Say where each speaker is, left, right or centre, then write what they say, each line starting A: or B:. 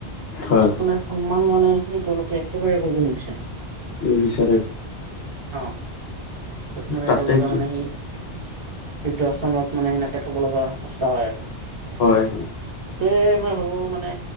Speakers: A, on the left (about 70°); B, on the right (about 55°).
A: হয়
B: য'ত মানে সন্মান মানে সি তেওঁলোকে একেবাৰে কৰিব নিবিচাৰে।
A: উ বিছাৰে
B: অ, য'ত মানে
A: তাকেইতো
B: তেওঁলোকে মানে সি বৃদ্ধ আশ্ৰমত মানে সেনেকে থব লগা অৱস্থা হয় আৰু।
A: হয়
B: সেটোয়ে মই ভাবো মানে